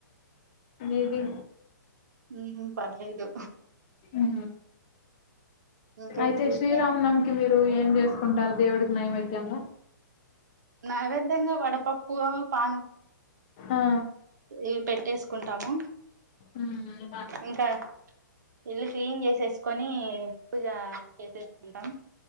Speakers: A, on the left; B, on the right.
A: మిది
B: ఉ పర్లేదు
A: ఉహు.
B: ఇంకేంటి
A: అయితే
B: సిస్టర్
A: శ్రీరామ్ నవమి కి మీరు ఏం చేస్త కొంటారు దేవుడికి నైవేద్యము
B: నైవేద్యం గా వడ పప్పువ పా
A: ఆ
B: ఇవి పెట్టేసుకుంటాము
A: ఉమ్
B: ఇంకా ఇల్లు క్లీన్ చేసేసుకొని పూజ చేసేసుకుంటాం